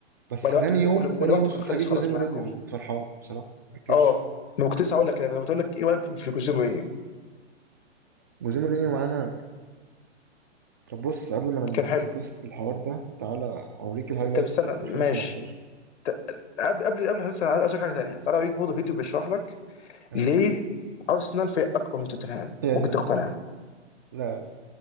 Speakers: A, on the right; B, on the left.
A: بس
B: ولا
A: تاني
B: وقته ولا,
A: يوم
B: ولا
A: تاني
B: وقته
A: يوم الصبح
B: كان خلص
A: جه جوزيه
B: خلاص
A: مورينيو
B: معاكم
A: فكنت فرحان بصراحة ما انكرش
B: اه ما كنت لسه هقول لك كده كنت بقول لك ايه رايك في في جوزيه مورينيو
A: جوزيه مورينيو معانا طب بص قبل ما ندسكس
B: كان حلو
A: الحوار ده تعالى أوريك الهايلايتس
B: طب استنى
A: بتاعت 2017
B: ماشي ت- قبل قبل قبل لسه عايز عايز أقول حاجه ثانيه تعالى اوريك برضه فيديو بيشرح لك
A: ها،
B: ليه ارسنال فريق اكبر من توتنهام
A: هي
B: ممكن
A: دي النيلة.
B: تقتنع
A: لا لا